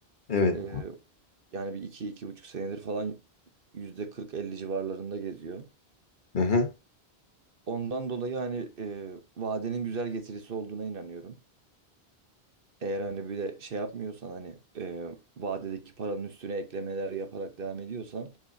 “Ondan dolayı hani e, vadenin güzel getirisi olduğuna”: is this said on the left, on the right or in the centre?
Right